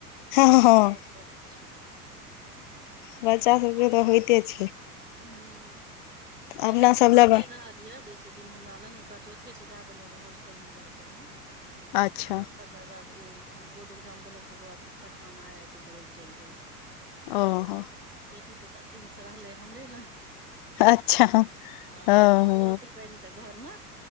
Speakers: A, on the left; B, on the right.
A: हँ हँ
B: से सब चलै छै
A: बच्चा सबके तऽ होइते छै
B: हँ, बेटा
A: अपना
B: तऽ हमर
A: सब लए
B: नहि
A: बन
B: रहत। य दिन हमरा लग ‌ ओकरा चौथ से द देलौ हॉस्टल में ‌ सहरसा में
A: अच्छा
B: आ त तकर बाद ओ बोर्ड एग्जाम देलक तकर बाद पटना मे आई आई टी करय ल चैल गेल
A: ओहो
B: आ लेकिन बेटी तऽ सभ दिन से रहलै हमरे लग
A: अच्छा
B: ह
A: हँ
B: ई एकलौती बहिन के घरमे